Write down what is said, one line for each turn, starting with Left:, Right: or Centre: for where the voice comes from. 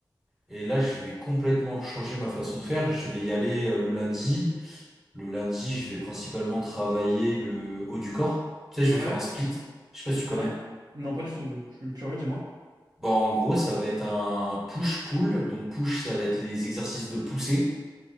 Centre: Et là, je vais complètement changer ma façon de faire. Je vais y aller euh, le lundi. Le lundi, je vais principalement travailler le haut du corps. Tu sais,
Right: ouais,
Centre: je vais faire un split. Je sais pas si tu connais.
Right: ouais. Non, pas du tout. Je suis curieux, dis-moi.
Centre: Bon, en gros, ça va être un push-pull. Donc push, ça va être les exercices de pousser.